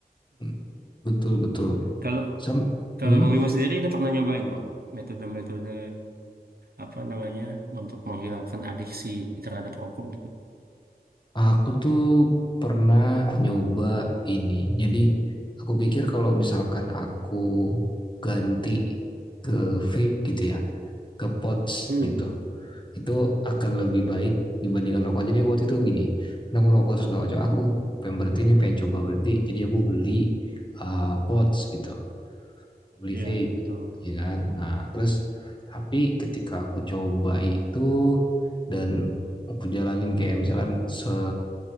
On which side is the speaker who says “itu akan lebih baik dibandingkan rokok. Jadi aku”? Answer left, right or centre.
Left